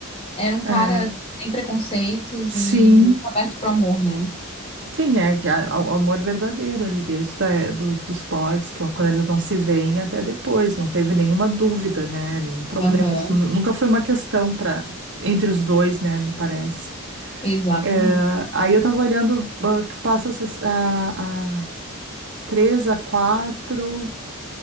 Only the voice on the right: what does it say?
É,
sim.
Sim, é que a- a- o amor verdadeiro ali dentro da- dos, dos pods, que é quando eles não se veem até depois, não teve nenhuma dúvida, né? Nenhum problema.
Isso nu- nunca foi uma questão para entre os dois, né? Me parece.
É, aí eu tava olhando, ah, tu passa a, ses- a, a 3 a 4,